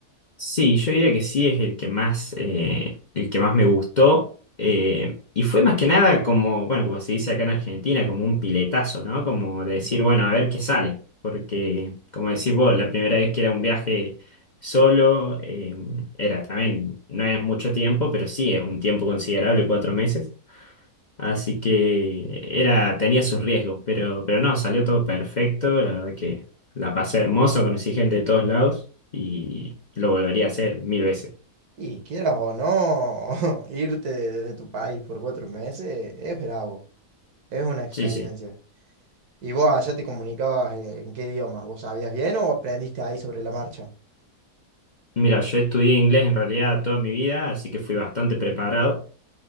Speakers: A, on the left; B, on the right.
A: Sí, yo diría que sí es el que más, eh, el que más me gustó. eh, y fue más que nada como, bueno, como se dice acá en Argentina, como un piletazo, ¿no? Como de decir, bueno, a ver qué sale. Porque, como decís vos, la primera vez que era un viaje solo, eh, era también, no es mucho tiempo, pero sí es un tiempo considerable, cuatro meses. Así que era, tenía sus riesgos, pero, pero no, salió todo perfecto. La verdad que la pasé hermoso, conocí gente de todos lados y lo volvería a hacer mil veces.
B: Y quieras o no, <laughs> irte desde tu país por cuatro meses es bravo, es una experiencia.
A: Sí, sí.
B: ¿Y vos allá te comunicabas en, en qué idioma? ¿Vos sabías bien o aprendiste ahí sobre la marcha?
A: Mira, yo estudié inglés en realidad toda mi vida, así que fui bastante preparado,